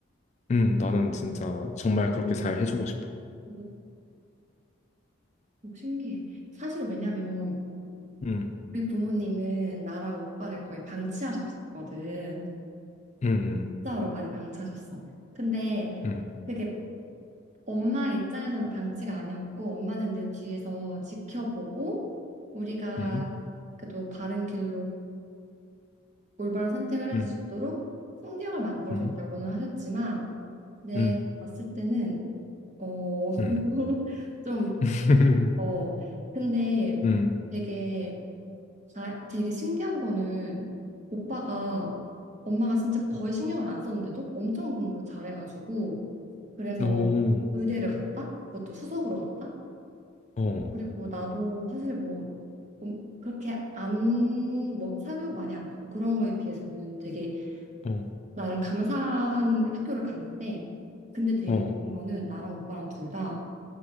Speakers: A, on the left; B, on the right.
A: 음, 나는 진짜 정말 그렇게 잘 해주고 싶어.
B: 오, 오, 신기해. 사실 왜냐면
A: 음,
B: 우리 부모님은 나랑 오빠를 거의 방치하셨었거든.
A: 음,
B: 진짜로 많이 방치하셨어. 근데
A: 음.
B: 그게 엄마 입장에서는 방치가 아니었고 엄마는 늘 뒤에서 지켜보고 우리가
A: 음,
B: 그래도 바른 길로 올바른 선택을 할
A: 음,
B: 수 있도록 환경을 만들어
A: 음,
B: 줬다고는 하셨지만 내가
A: 음,
B: 봤을 때는 어 <laughs>
A: 음,
B: 좀
A: <laughs>
B: 어 근데
A: 음,
B: 되게 아, 되게 신기한 거는 오빠가 엄마가 진짜 거의 신경을 안 썼는데도 엄청 공부를 잘해가지고 그래서
A: 오,
B: 의대를 갔다 그것도 수석으로 갔다
A: 어,
B: 그리고 나도 사실 뭐 엄- 그렇게 안, 뭐 사교육 많이 안 받고 그런 거에 비해서는 되게
A: 어,
B: 나름 감사한 학교를 갔는데 근데 되게
A: 어,
B: 웃긴 거는 나랑 오빠랑 둘다